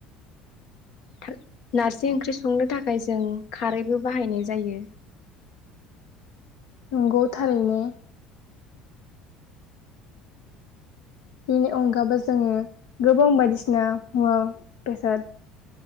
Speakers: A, on the left; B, on the left.
A: थार नारजि ओंख्रि संनो थाखाय जों खारैबो बाहायनाय जायो।
B: नंगौ थारैनो। बेनि अनगाबो जोंङो गोबां बायदिसिना मुवा बेसाद